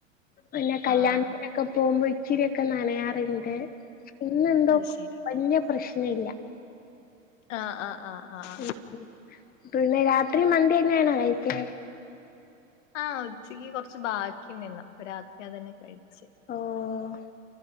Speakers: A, on the left; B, on the left.
A: പിന്നെ കല്യാണത്തിനൊക്കെ
B: ആഹ്
A: പോകുമ്പോ ഇച്ചിരിയൊക്കെ നനയാറുണ്ട് ഇന്നെന്തോ
B: അത് ശരി
A: വലിയ പ്രശ്നം ഇല്ല
B: ആഹ് ആഹ് ആഹ് ആഹ്
A: ഉം പിന്നെ രാത്രിയും മന്തി തന്നെ ആണോ കഴിച്ചെ
B: ആഹ് ഉച്ചക്കി കൊറച്ച് ബാക്കിണ്ടെയ്ന് അപ്പൊ രാത്രി അതന്നെ കഴിച്ച്
A: ഓഹ്